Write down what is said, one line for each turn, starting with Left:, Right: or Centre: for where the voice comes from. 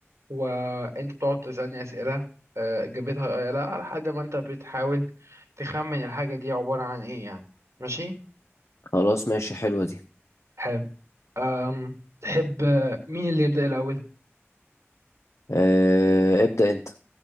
Right: وانت بتقعد تسالني اسئله آه، اجابتها آه يا لا لحد ما انت بتحاول تخمن الحاجه دي عباره عن ايه يعني ماشي
Left: خلاص ماشي حلوة دي
Right: حلو أم تحب آه، مين اللي يبدا الاول
Left: آه ابدأ انت